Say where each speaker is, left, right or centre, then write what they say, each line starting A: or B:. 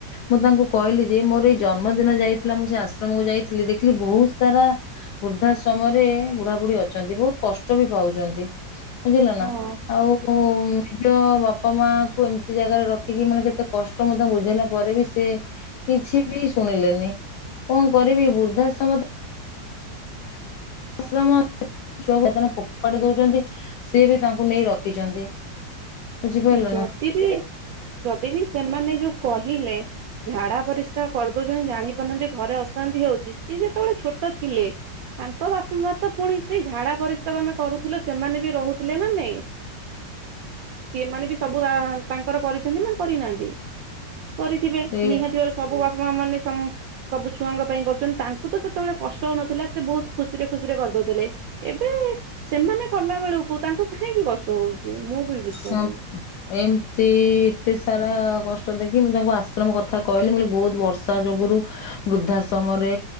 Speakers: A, on the left; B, on the right.
A: ମୁଁ ତାଙ୍କୁ କହିଲି ଯେ ମୋର ଏଇ ଜନ୍ମଦିନ ଯାଇଥିଲା ମୁଁ ସେ ଆଶ୍ରମକୁ ଯାଇଥିଲି ଦେଖିଲି ବହୁତ ସାରା ବୃଦ୍ଧା ସମୟରେ ବୁଢା ବୁଢୀ ଅଛନ୍ତି ବହୁତ କଷ୍ଟ ବି ପାଉଛନ୍ତି। ବୁଝିଲ ନା
B: ହଁ
A: ଆଉ ମୁଁ
B: ହଁ
A: ନିଜ ବାପା ବାପ ମା କୁ ଏମିତି ଜାଗାରେ ରଖିକି ମାନେ କେତେ କଷ୍ଟ ମଧ୍ୟ ବୁଝେଇଲା ପରେ ବି ସେ କିଛି ବି ଶୁଣିଲେନି କଣ କରିବି ବୃଦ୍ଧାଶ୍ରମ ତ ଶ୍ରମ ଛୁଆକୁ କେତେ ଫୋପାଡ଼ି ଦଉଛନ୍ତି ସିଏ ବି ତାଙ୍କୁ ନେଇ ରଖିଛନ୍ତି। ବୁଝିପାରିଲ
B: ଯଦି
A: ନା
B: ବି ଯଦି ବି ସେମାନେ ଯୋଉ କହିଲେ। ଝାଡା ପରିସ୍ରା। କରିଦଉଛନ୍ତି ଜାଣି ପାରୁନାହାନ୍ତି ଘରେ ଅଶାନ୍ତି ହଉଛି। ସିଏ ଯେତେବେଳେ ଛୋଟ ଥିଲେ ତାଙ୍କ ବାପା ମା ତ ପୁଣି ସେଇ ଝାଡା ପରିଶ୍ରା ଆମେ କରୁଥିଲେ ସେମାନେ ବି ରହୁଥିଲେ ନା ନାଇ। ସିଏମାନେ ବି ସବୁ ତା ତାଙ୍କର କରିଛନ୍ତି ନା କରିନାହାନ୍ତି। କରିଥିବେ
A: ସେ
B: ନିହାତି ଘର ସବୁ ବାପା ମା ମାନେ ସ ସବୁ ଛୁଆଙ୍କ ପାଇଁ କରୁଛନ୍ତି। ତାଙ୍କୁ ତ ସେତେବେଳେ କଷ୍ଟ ହଉନଥିଲା ସେ ବହୁତ ଖୁସିରେ ଖୁସିରେ କରିଦଉଥିଲେ। ଏବେ ସେମାନେ କଲା ବେଳକୁ ତାଙ୍କୁ କାହିଁକି କଷ୍ଟ ହଉଛି ମୁଁ ବି ବୁଝିପାରୁନି।
A: ହଁ ଏମତି ଏତେ ସାରା କ ଷ୍ଟ ଦେଖି ମୁଁ ତାଙ୍କୁ ଆଶ୍ରମ କଥା କହିଲି ବହୁତ ବର୍ଷା ଯୋଗୁରୁ ବୃଦ୍ଧା ସମୟରେ